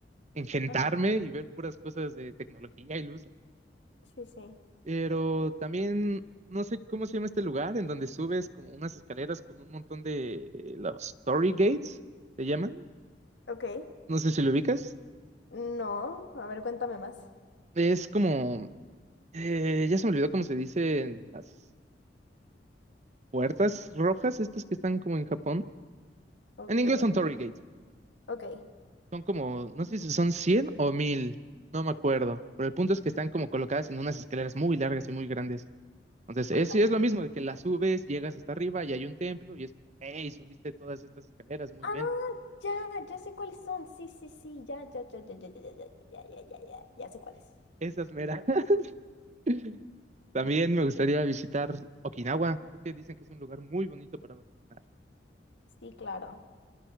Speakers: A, on the right (about 40°); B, on the left (about 80°).
A: engentarme
B: Ah,
A: y ver puras cosas de tecnología y luces,
B: Sí, sí.
A: pero también, no sé cómo se llama este lugar, en donde subes como unas escaleras con un montón de eh, los Torii Gates, ¿se llaman?
B: Ok.
A: No sé si lo ubicas.
B: No, a ver, cuéntame más.
A: Es como, eh, ya se me olvidó cómo se dicen las puertas rojas, estas que están como en Japón.
B: Ok,
A: En inglés son Torii Gates.
B: ok.
A: Son como, no sé si son 100 o mil no me acuerdo. Pero el punto es que están como colocadas en unas escaleras muy largas y muy grandes. Entonces,
B: Ajá.
A: es, sí, es lo mismo de que las subes, llegas hasta arriba y hay un templo y es, hey, subiste todas estas escaleras, muy
B: Ah,
A: bien.
B: ya, ya sé cuáles son. Sí, sí, sí, ya, ya, ya, ya, ya, ya, ya, ya, ya, ya, ya, ya, ya sé cuáles.
A: Esas meras. <laughs> También
B: Sí,
A: me gustaría visitar Okinawa. Creo que dicen que es un lugar muy bonito para vacacionar.
B: sí, claro.